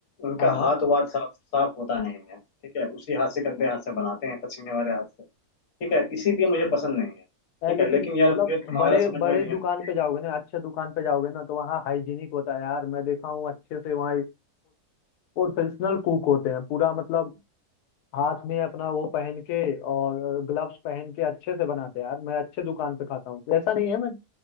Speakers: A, on the left; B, on the left.
A: उनका
B: हाँ
A: हाथ वाथ साफ साफ होता नहीं है ठीक है उसी हाथ से गंदे हाथ से बनाते हैं पसीने वाले हाथ से ठीक है इसीलिए मुझे पसंद नहीं है
B: यार
A: ठीक
B: लेकिन
A: है लेकिन यार
B: मतलब
A: मुझे तुम्हारा
B: बड़े
A: समझ
B: बड़े
A: में नहीं आता
B: दुकान पे जाओगे ना अच्छे दुकान पे जाओगे ना तो वहाँ हाइजीनिक होता है यार मैं देखा हूँ अच्छे से वहाँ प्रोफेशनल कुक होते हैं पूरा मतलब हाथ में अपना वो पहन के और ग्लव्स पहन के अच्छे से बनाते हैं यार मैं अच्छे दुकान पे खाता हूँ ऐसा नहीं है मैं